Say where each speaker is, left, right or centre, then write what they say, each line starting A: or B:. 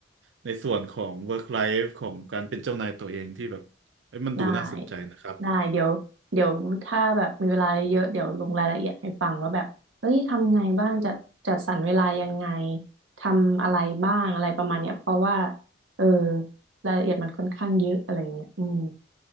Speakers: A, on the right; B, on the right.
A: ในส่วนของ work life ของการเป็นเจ้านายตัวเองที่แบบเอ้ยมันดูน่าสนใจนะครับ
B: ได้ได้เดี๋ยวเดี๋ยวถ้าแบบมีเวลาเยอะเดี๋ยวลงรายละเอียดให้ฟังว่าแบบเอ้ยทำไงบ้างจัดจัดสรรเวลายังไงทำอะไรบ้างอะไรประมาณเนี้ยเพราะว่าเออรายละเอียดมันค่อนข้างเยอะอะไรเงี้ยอืม